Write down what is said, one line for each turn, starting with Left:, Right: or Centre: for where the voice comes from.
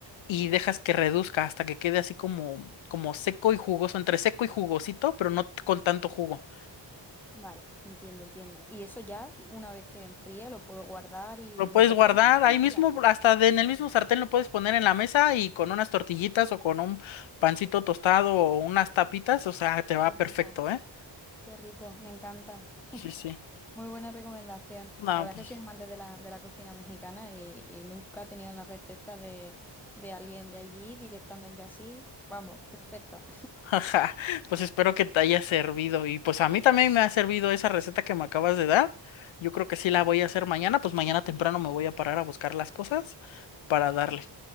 Left: y dejas que reduzca hasta que quede así como, como seco y jugoso, entre seco y jugosito, pero no t- con tanto jugo.
Centre: Vale, entiendo, entiendo. Y eso ya, una vez que enfríe, lo puedo guardar y
Left: Lo
Centre: lo
Left: puedes
Centre: podría
Left: guardar
Centre: incluso congelar.
Left: ahí mismo, hasta de- en el mismo sartén lo puedes poner en la mesa y con unas tortillitas o con un pancito tostado o unas tapitas, o sea, te va
Centre: Qué rico.
Left: perfecto, ¿eh?
Centre: Qué rico, me encanta.
Left: Sí,
Centre: <laughs>
Left: sí.
Centre: Muy buena recomendación.
Left: No,
Centre: La verdad
Left: pues
Centre: es que soy amante de la, de la cocina mexicana y, y nunca he tenido una receta de, de alguien de allí directamente así. Vamos, perfecta.
Left: Ajá, pues espero que te haya servido y pues a mí también me ha servido esa receta que me acabas de dar. Yo creo que sí la voy a hacer mañana, pues mañana temprano me voy a parar a buscar las cosas para darle.